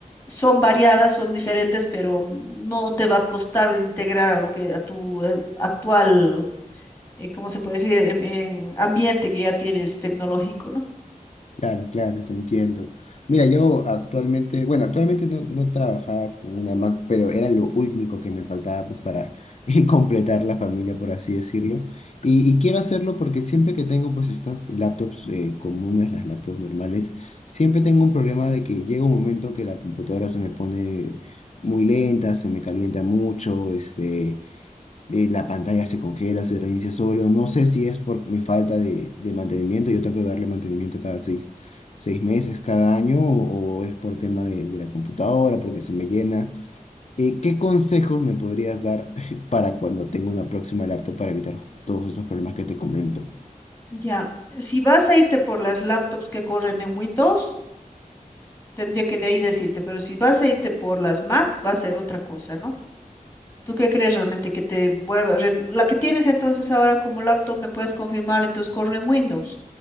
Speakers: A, on the left (about 15°); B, on the left (about 50°).
A: son variadas, son diferentes, pero no te va a costar integrar a lo que a tu eh, actual eh, ¿cómo se puede decir? En, en ambiente que ya tienes tecnológico, ¿no?
B: Claro, claro, te entiendo. Mira, yo actualmente, bueno, actualmente no, no trabajaba con una Mac, pero era lo único que me faltaba pues para <laughs> completar la familia, por así decirlo. Y, y quiero hacerlo porque siempre que tengo pues estas laptops eh, comunes, las laptops normales, siempre tengo un problema de que llega un momento que la computadora se me pone muy lenta, se me calienta mucho, este... eh, la pantalla se congela, se reinicia solo. No sé si es por mi falta de, de mantenimiento. Yo trato de darle mantenimiento cada seis, seis meses, cada año, o, o es por tema de, de la computadora, porque se me llena. Eh, ¿qué consejos me podrías dar <laughs> para cuando tenga una próxima laptop para evitar ju- todos estos problemas que te comento?
A: Ya, si vas a irte por las laptops que corren en Windows, tendría que de ahí decirte, pero si vas a irte por las Mac, va a ser otra cosa, ¿no? ¿Tú qué crees realmente que te vuelva? ren- La que tienes entonces ahora como laptop, ¿me puedes confirmar? Entonces corre en Windows.